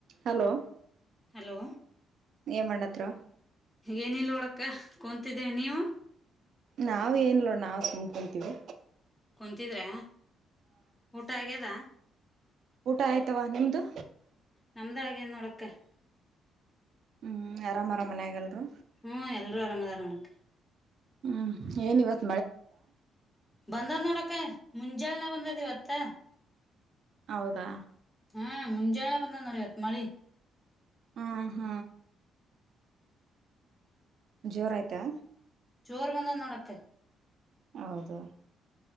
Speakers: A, on the right (about 65°); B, on the left (about 15°).
A: Hello.
B: Hello
A: ಏನ್ ಮಾಡತ್ ತ್ರ.
B: ಏನಿಲ್ ನೋಡಕ್ಕ ಕುಂತಿದ್ದೆ ನೀವು.
A: ನಾವ್ ಏನ್ ಲಾ ನಾವ್ ಸುಮ್ಕೊಂತೀವಿ.
B: ಕುಂತಿದ್ರೆ ಊಟ ಆಗ್ಯದ.
A: ಊಟ ಆಯ್ತವ್ವ ನಿಮ್ದು.
B: ನಮ್ದ ಆಗ್ಯದ್ ನೋಡಕ್ಕ.
A: ಹೂ ಆರಾಮರ ಮನ್ಯಾಗ್ ಎಲ್ರು.
B: ಹ್ಮ್ ಎಲ್ರೂ ಆರಾಮದರ ನೋಡಕ್ಕ.
A: ಹ್ಮ್ ಏನಿವತ್
B: ಬಂದಾದ್ ನೋಡಕ್ಕ. ಮುಂಜಾಳನೆ ಬಂದೇದ್ ಇವತ್ತ.
A: ಹೌದಾ.
B: ಹಾ ಮುಂಜಳೆ ಬಂದದ್ ನೋಡಿವತ್ ಮಳಿ.
A: ಹ್ಮ್ ಹ. ಜೋರಾಯ್ತಾ.
B: ಚೋರ್ ಬಂದಾದ್ ನೊಡಕ್ಕ.
A: ಹೌದು.